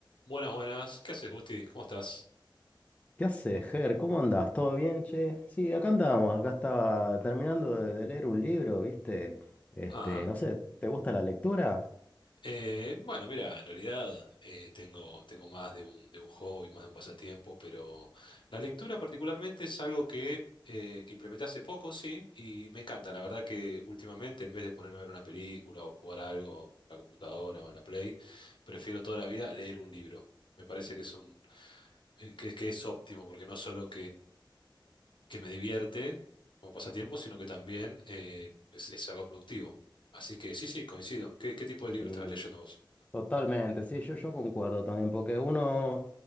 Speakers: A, on the left (about 70°); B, on the left (about 15°).
A: Buenas, buenas. ¿Qué haces, Gusti? ¿Cómo estás?
B: ¿Qué haces, Ger? ¿Cómo andás? ¿Todo bien, che? Sí, acá andábamos, acá estaba terminando de, de leer un libro, ¿viste? Este,
A: Ah,
B: no sé, ¿te gusta la lectura?
A: eh, bueno, mira, en realidad eh, tengo, tengo más de un, de un hobby, más de un pasatiempo, pero la lectura particularmente es algo que, eh, que implementé hace poco, sí, y me encanta. La verdad que últimamente, en vez de ponerme a ver una película o jugar algo en la computadora o en la Play, prefiero toda la vida leer un libro. Me parece que es un, eh, que, que es óptimo, porque no solo que me divierte como pasatiempo, sino que también eh, es, es algo productivo. Así que sí, sí, coincido. ¿Qué, qué tipo de libro
B: Sí.
A: estás leyendo vos?
B: Totalmente, sí, yo, yo concuerdo también, porque uno,